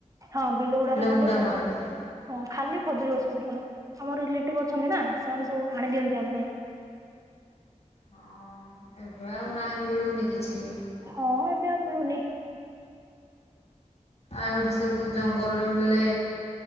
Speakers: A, on the right; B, on the left.
A: ହଁ ବିଲ ଗୁଡ଼ାରେ ଖାଲି
B: ହୁଡ଼ା
A: ଗଛ
B: ମାନଙ୍କରେ
A: ହଁ ଖାଲି ଖଜୁରୀ ଗଛ ସେପଟେ। ଆମର ରିଲେଟିଭ ଅଛନ୍ତି ନା ମାନେ ସବୁ ଆଣି ଦିଅନ୍ତି ଆମ ପାଇଁ।
B: ହଁ ଏବେ ଆଉ ନାଇଁ ମିଳୁନି କିଛି ବି।
A: ହଁ ଏବେ ଆଉ ମିଳୁନି।
B: ଆଉ ଗୋଟେ ସବୁ ଜଙ୍ଗଲରୁ ମିଳେ।